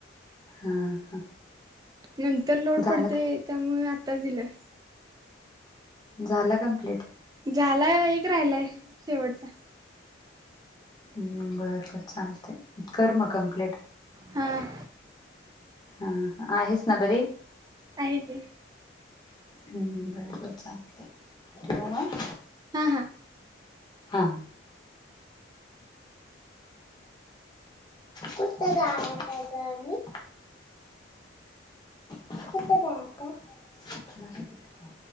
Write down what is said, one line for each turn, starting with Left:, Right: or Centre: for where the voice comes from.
Left: हा हा
Right: नंतर लोड
Left: झाला
Right: पडते
Left: का
Right: त्यामुळे आ आता दिलय <inaudible>
Left: झालं कंप्लीट
Right: झालय एक राहिलाय शेवटचा
Left: हम्म बरोबर चालतेय कर मग कंप्लीट
Right: हं
Left: हा आहेस ना बरे
Right: आहे की
Left: हं बर बर चालतेय ठेवू मग
Right: हा हा
Left: हा कुठं जायचंय जा ह मी कुठं जायच <unintelligible> नाही कुठ